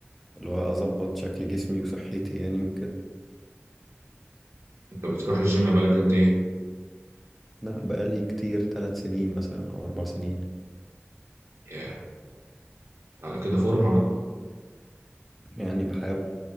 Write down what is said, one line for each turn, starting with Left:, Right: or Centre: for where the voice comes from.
Centre: اللي هو أظبط شكل جسمي وصحتي يعني وكده
Right: انت بتروح الجيم بقالك قد ايه؟
Centre: لا بقالي كتير ثلاث سنين مثلا أو أربع سنين
Right: ياه على كده فورمة بقى
Centre: يعني بحاول